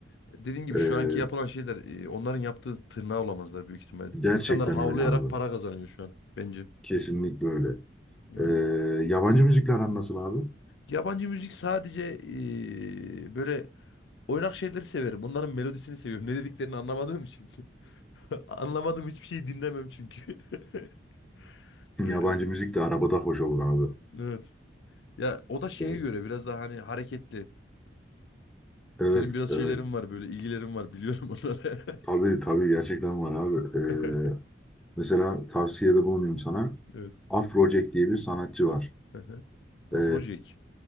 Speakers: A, on the left; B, in the centre.
A: Dediğim gibi
B: E,
A: şu anki yapılan şeyler e, onların yaptığı tırnağa olamazlar büyük ihtimal.
B: gerçekten
A: İnsanlar havlayarak
B: öyle abi.
A: para kazanıyor şu an bence.
B: Kesinlikle öyle.
A: Yani
B: Ee, yabancı müzikle aran nasıl abi?
A: Yabancı müzik sadece eee, böyle oynak şeyleri severim. Onların melodisini seviyorum. Ne dediklerini anlamadığım için. <laughs> Anlamadığım hiçbir şeyi dinlemem çünkü. <laughs>
B: <laughs>
A: Eee,
B: Yabancı müzik de arabada hoş olur abi.
A: evet. Ya o da şeye
B: Yani,
A: göre biraz daha hani hareketli.
B: evet,
A: Senin biraz
B: evet.
A: şeylerin var böyle ilgilerin var biliyorum onları.
B: Tabii tabii gerçekten var abi.
A: <laughs>
B: Ee, mesela tavsiyede bulunayım sana.
A: Evet.
B: Afrojack diye bir sanatçı var.
A: Hı hı. Afrojack.
B: Ee,